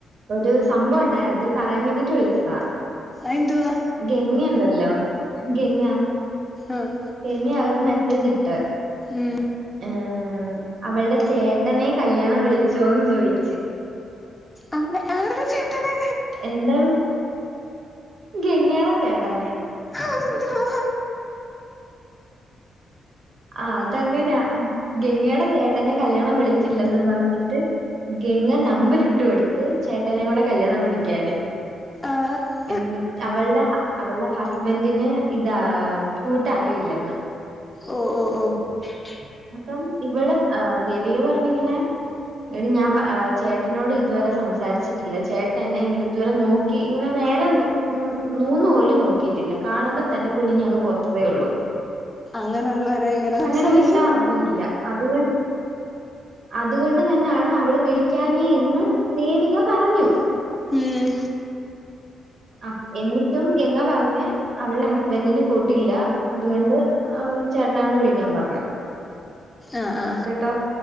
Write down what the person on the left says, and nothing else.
അതെന്തുവാ
ആഹ്
ഉം.
അരെ ആരുടെ ചേട്ടനെ
അതെന്തുവാ
ആഹ്
ഓ ഓ ഓ <unintelligible>
അങ്ങനെയുള്ളരെ എങ്ങനെ സംസാരിക്കുന്നെ
ഉം
ആ ആ